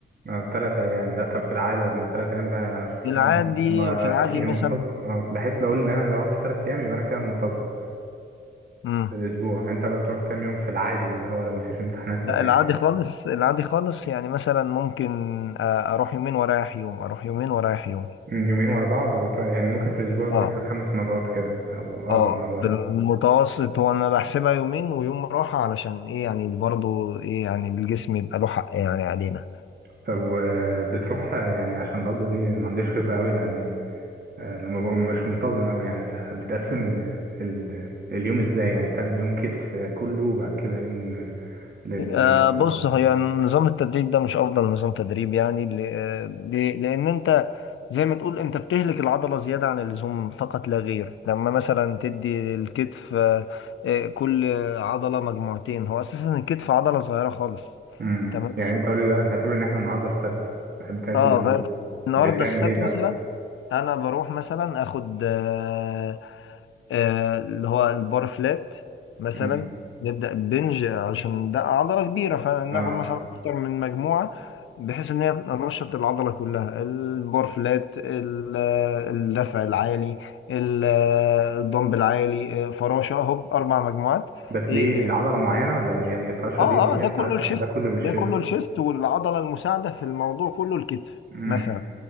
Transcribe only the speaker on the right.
آه، تلات أيام لأ طب في العادة لما تلات أيام ده أنا شخصيا
لما
بحس إني منتظم
آه، بحس بقول إن أنا لو رحت تلات أيام يبقى أنا كده منتظم
في الأسبوع يعني أنت بتروح كام يوم في العادي اللي هو لو مفيش امتحانات
ولا أي
حاجة
من يومين ورا بعض وتروح يعني ممكن في الأسبوع تروح
خمس مرات كده أو أربع
مرات
طب بتروح يعني عشان برضه دي ما عنديش خبرة أوي لأني آه، لما بقوم مش منتظم أوي يعني فبتقسم ال... اليوم إزاي يعني بتعمل يوم كتف كله وبعد كده يوم آه، لل
لل-
مم.
يعني أنت قولي بقى هنعتبر إن إحنا النهاردة السبت بتاعت
الأسبوع
بتعمل
إيه بقى؟
مم.
آه
بس
دي
لعضلة
معينة ولا دي- يعني الفراشة
دي اللي
هي
بتاعت
ده كله للشيست
امم